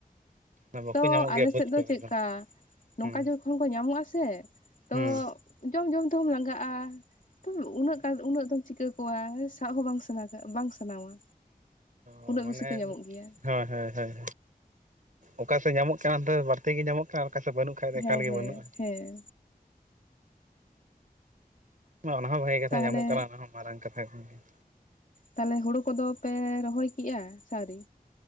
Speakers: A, on the right (about 60°); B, on the left (about 55°).
A: ᱵᱟᱠᱚ
B: ᱛᱚ
A: ᱧᱟᱢᱚᱜ
B: ᱟᱞᱮ
A: ᱜᱮᱭᱟ ᱵᱟᱹᱫᱽ
B: ᱥᱮᱫ
A: ᱠᱚᱨᱮ
B: ᱫᱚ ᱪᱮᱫᱠᱟ ᱱᱚᱝᱠᱟ
A: ᱦᱩᱸ
B: ᱡᱚᱠᱷᱚᱱ ᱠᱚ ᱧᱟᱢᱚᱜ-ᱟ ᱥᱮ ᱛᱚ
A: ᱦᱩᱸ
B: ᱡᱚᱢ ᱡᱚᱢ ᱛᱮᱦᱚᱢ ᱞᱟᱸᱜᱟᱜᱼᱟ ᱛᱚ ᱩᱱᱟᱹᱜ ᱜᱟᱱ ᱩᱱᱟᱹᱜ ᱫᱚᱢ ᱪᱤᱠᱟᱹ ᱠᱚᱣᱟ ᱥᱟᱜ ᱦᱚᱸ ᱵᱟᱝ <unintelligible> ᱵᱟᱝ ᱥᱟᱱᱟᱣᱟ
A: ᱚ
B: ᱩᱱᱟᱹᱜ
A: ᱢᱟᱱᱮ
B: ᱵᱮᱥᱤ ᱠᱚ ᱧᱟᱢᱚᱜ ᱜᱮᱭᱟ
A: ᱦᱳᱭ ᱦᱳᱭ ᱦᱳᱭ ᱚᱠᱟ ᱥᱮᱜ ᱧᱟᱢᱚᱜ ᱠᱟᱱᱟ, ᱚᱱᱛᱮ ᱵᱟᱹᱲᱛᱤ ᱜᱮ ᱧᱟᱢᱚᱜ ᱠᱟᱱᱟ ᱚᱠᱟ ᱥᱮᱫ ᱵᱟᱹᱱᱩᱜ ᱠᱷᱟᱡ ᱫᱚ
B: ᱦᱮᱸ
A: ᱮᱠᱟᱞ ᱜᱮ
B: ᱦᱮᱸ
A: ᱵᱟᱹᱱᱩᱜᱼᱟ
B: ᱦᱮᱸ
A: ᱚᱱᱟ ᱦᱚᱸ ᱵᱷᱟᱹᱜᱤ ᱠᱟᱛᱷᱟ
B: ᱛᱟᱦᱚᱞᱮ
A: ᱧᱟᱢᱚᱜ ᱠᱟᱱᱟ, ᱚᱱᱟ ᱦᱚᱸ ᱢᱟᱨᱟᱝ ᱠᱟᱛᱷᱟ ᱠᱟᱱ ᱜᱮᱭᱟ
B: ᱛᱟᱦᱞᱮ ᱦᱳᱲᱳ ᱠᱚᱫᱚ ᱯᱮ ᱨᱚᱦᱚᱭ ᱠᱮᱜᱼᱟ ᱥᱮ ᱟᱣᱨᱤ